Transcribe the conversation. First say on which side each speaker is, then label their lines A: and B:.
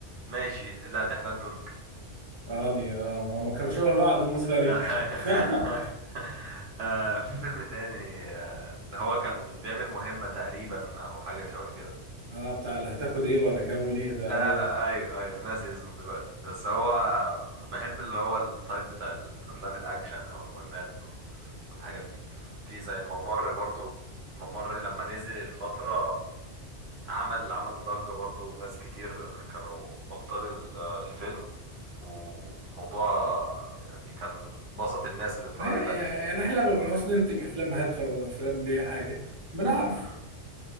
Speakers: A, on the right (about 65°); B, on the right (about 25°).
A: ماشي لا دي حنان ترك
B: اه دي اه ما ما كانوا شبه بعض هم صغيرين
A: <laughs>
B: <laughs>
A: آه في فيلم تاني آه، اللي هو كان بيعمل مهمة تقريبا او حاجة شبه كده
B: اه بتاع اللي هتاخد ايه ولا كام وليه ده
A: آه
B: ايوه
A: ايوه ايوه ناسي اسمه دلوقتي بس هو بحب اللي هو التايب بتاع الافلام الاكشن او المهمات و- والحاجات دي في زي الممر برضو الممر لما نزل الفترة عمل عمل ضجة برضو ناس كتير كانوا ابطال ال- الفيلم والموضوع يعني كان بسط الناس اللي اتفرجت
B: ما- يعني
A: عليه يعني
B: احنا ما بنعرفش ننتج افلام هادفه او افلام ليها حاجه بنعرف
A: مم.